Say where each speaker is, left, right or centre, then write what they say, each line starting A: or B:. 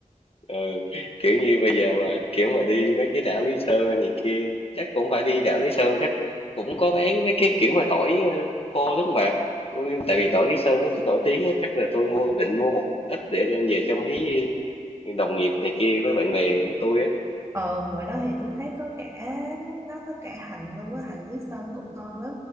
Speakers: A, on the left; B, on the right.
A: ờ kiểu như bây giờ mà kiểu mà đi mấy cái đảo Lý Sơn hay này kia chắc cũng phải đi đảo Lý Sơn chắc cũng có bán mấy cái kiểu mà tỏi ờ, khô đúng không bà tôi tại vì tỏi Lý Sơn nó cũng nổi tiếng á chắc là tôi mua định mua một ít để đem về cho mấy đồng nghiệp này kia với bạn bè tôi á
B: ừ ngoài đó thì tôi thấy có cả nó có cả hành luôn á hành Lý Sơn cũng ngon lắm